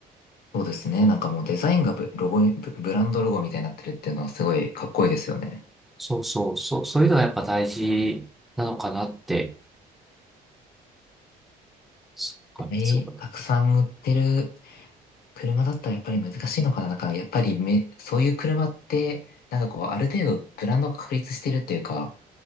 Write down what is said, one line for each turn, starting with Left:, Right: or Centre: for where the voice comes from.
Left: そうですね。なんかもうデザインがブ、ロゴ、ブ、ブランドロゴみたいになってるっていうのはすごいかっこいいですよね。
Centre: そうそう、そう、そういうのがやっぱ大事なのかなって。そっか、
Left: えーたくさん売ってる
Centre: そうか。
Left: 車だったらやっぱり難しいのかななんか、やっぱりめ、そういう車って、なんかこう、ある程度ブランドが確立してるっていうか、